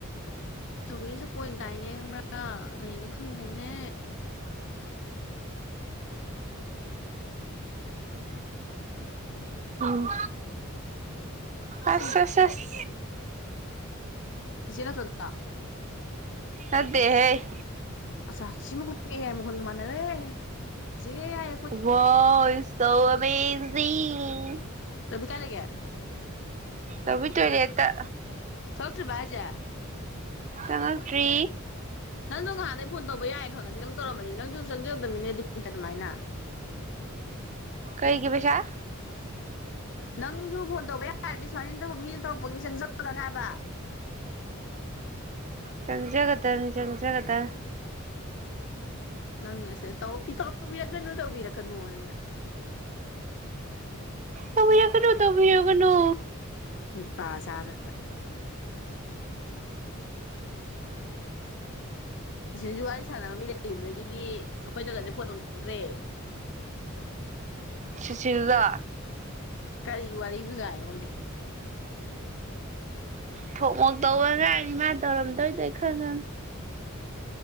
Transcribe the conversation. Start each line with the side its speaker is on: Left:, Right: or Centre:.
Left: ꯆꯧꯕꯤꯅ ꯁꯛꯄ ꯑꯣꯏꯅ ꯇꯥꯏꯅꯦ ꯈꯪꯕ꯭ꯔꯥ ꯀꯔꯤꯅꯣ ꯈꯪꯗꯦꯅꯦ
Right: ꯎꯝ
Left: ꯑꯠꯆꯥ
Right: ꯑꯁ ꯑꯁ ꯑꯁ
Left: ꯆꯤꯆꯦ ꯅꯠꯇꯔꯣ ꯑꯗꯨꯗꯣ
Right: ꯅꯠꯇꯦꯍꯦ
Left: ꯑꯆꯥ ꯁꯤꯃꯨꯈꯣꯟꯒꯦ ꯍꯥꯏ ꯃꯈꯜꯒꯃꯥꯟ ꯅꯔꯦ ꯑꯟꯏꯟꯇꯦꯜꯂꯤꯖꯦꯕꯜ
Right: ꯋꯥ ꯁꯣ ꯑꯃꯦꯖꯤꯡ
Left: ꯆꯝꯐꯨꯠ ꯀꯥꯏ ꯂꯩꯒꯦ
Right: ꯀꯕꯤ ꯇꯔꯤ ꯑꯠꯇ
Left: ꯊꯣꯛꯣꯛꯇ꯭ꯔꯦ ꯕꯥꯖꯥ
Right: ꯆꯃꯇ꯭ꯔꯤ
Left: ꯅꯪꯗꯣ ꯅꯍꯥꯟꯗꯩ ꯐꯣꯟ ꯇꯧꯕ ꯌꯥꯏꯌꯦ ꯈꯪꯉꯗꯤ ꯅꯪ ꯇꯧꯔꯝꯕꯅꯤ ꯅꯪꯁꯨ ꯆꯪꯖꯧꯗꯕꯃꯤꯅꯦꯗꯤ ꯑꯗꯨꯃꯥꯏꯅ
Right: ꯀꯩꯒꯤ ꯄꯩ ꯆ
Left: ꯅꯪꯁꯨ ꯐꯣꯟ ꯇꯧꯕ ꯌꯥꯔꯗꯤ ꯁꯨꯃꯥꯏꯅ ꯃꯤꯅ ꯇꯧꯔꯛꯄꯒꯤ ꯆꯪꯖꯕꯗꯅꯦ ꯍꯥꯏꯕ
Right: ꯆꯪꯖꯒꯗꯅꯤ ꯆꯪꯖꯒꯗ
Left: ꯅꯪꯅꯁꯦ ꯇꯧꯕꯤꯔꯛꯀꯅꯣ ꯇꯧꯕꯤꯔꯛꯀꯅꯨꯣꯅ
Right: <inaudible> ꯀꯅꯣ ꯇꯕꯤꯒꯅꯣ
Left: ꯑꯩ ꯄ ꯆꯥꯗꯅ ꯁꯤ ꯁꯤꯁꯨ ꯋꯥꯔꯤ ꯁꯥꯟꯅꯕ ꯃꯤ ꯂꯩꯗꯒꯤꯗꯤ ꯑꯩꯈꯣꯏꯗꯒꯗꯤꯦ ꯐꯣꯟ ꯇꯧꯅꯤꯡꯗ꯭ꯔꯦ
Right: ꯁꯁꯤꯔꯤꯗ
Left: ꯀꯔꯤ ꯋꯥꯔꯤ ꯖꯥꯥꯏꯔ ꯍꯧꯒꯦ
Right: ꯊꯣꯛ ꯃꯣꯛ ꯇꯧꯕ ꯉꯥꯡꯅꯤ ꯃꯥ ꯇꯧꯔꯝꯗꯣꯏꯗꯣꯏ ꯈꯪ ꯉ